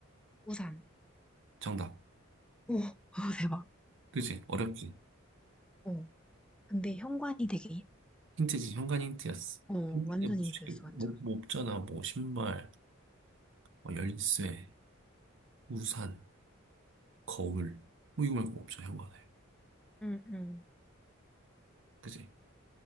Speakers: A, in the centre; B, on the right.
A: 우산.
B: 정답.
A: 오, 오, 대박.
B: 그지? 어렵지?
A: 어, 근데 현관이 되게,
B: 힌트지. 현관 힌트였어.
A: 어,
B: 현관에
A: 완전
B: 뭐
A: 힌트였어,
B: 쉽게
A: 완전.
B: 뭐, 뭐 없잖아. 뭐 신발, 뭐 열쇠, 우산, 거울. 뭐 이거 말고 없어. 현관에.
A: 응, 응,
B: 그지?